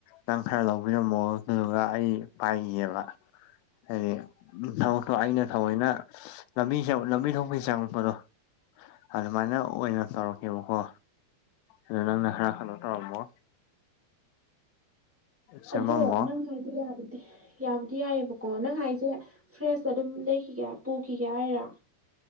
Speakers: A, on the left; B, in the centre.
A: ꯅꯪ ꯈꯔ ꯂꯧꯕꯤꯔꯝꯃꯣ ꯑꯗꯨꯗꯨꯒ ꯑꯩ ꯄꯥꯏꯒꯤꯒꯦꯕ ꯍꯏ ꯊꯕꯛꯇꯣ ꯑꯩꯅ ꯊꯧꯑꯣꯏꯅ ꯂꯝꯕꯤꯁꯦ <unintelligible> ꯂꯝꯕꯤ ꯊꯣꯛꯄꯩ ꯆꯪꯉꯛꯄꯗꯣ ꯑꯗꯨꯃꯥꯏꯅ ꯑꯣꯏꯅ ꯇꯧꯔꯛꯀꯦꯕꯀꯣ ꯑꯗꯨ ꯅꯪꯅ ꯈꯔ ꯍꯡꯅ ꯇꯧꯔꯝꯃꯣ ꯁꯦꯝꯃꯝꯃꯣ
B: ꯑꯗꯣ ꯅꯪ ꯍꯥꯏꯗꯣ ꯌꯥꯕꯅꯦ ꯌꯥꯕꯨꯗꯤ ꯌꯥꯏꯑꯕꯀꯣ ꯅꯪ ꯍꯥꯏꯁꯦ ꯐ꯭ꯔꯦꯁꯇ ꯑꯗꯨꯝ ꯂꯩꯈꯤꯒꯦ ꯄꯨꯈꯤꯒꯦ ꯍꯥꯏꯔꯥ